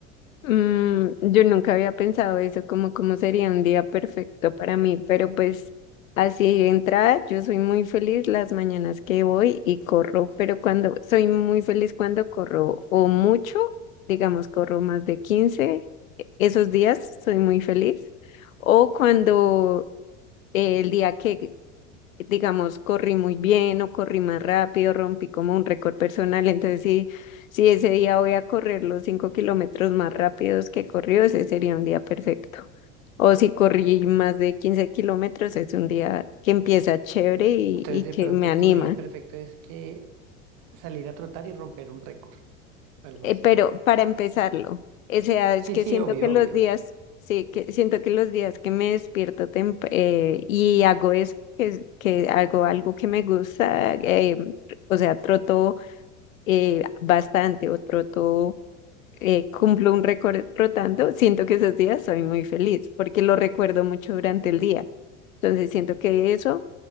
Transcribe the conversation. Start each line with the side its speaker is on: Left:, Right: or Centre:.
Left: Mm, yo nunca había pensado eso, como cómo sería un día perfecto para mí, pero pues así de entrada, yo soy muy feliz las mañanas que voy y corro, pero cuando soy muy feliz cuando corro o mucho, digamos, corro más de 15, e- esos días soy muy feliz, o cuando eh, el día que digamos, corrí muy bien o corrí más rápido, rompí como un récord personal. Entonces, si, si ese día voy a correr los cinco kilómetros más rápidos que corrió, ese sería un día perfecto. O si corrí más de 15 kilómetros, es un día que empieza chévere y,
Right: Entonces,
Left: y
Right: de
Left: que
Right: pronto
Left: me anima.
Right: tu día perfecto es que salir a trotar y romper un récord, algo
Left: Eh,
Right: así.
Left: pero para empezarlo, o sea,
Right: Sí,
Left: es que
Right: sí,
Left: siento
Right: obvio,
Left: que los
Right: obvio.
Left: días, sí, que siento que los días que me despierto tem- eh, y hago eso, que, que hago algo que me gusta, eh, o sea, troto eh, bastante o troto, eh, cumplo un récord trotando, siento que esos días soy muy feliz porque lo recuerdo mucho durante el día. Entonces siento que eso,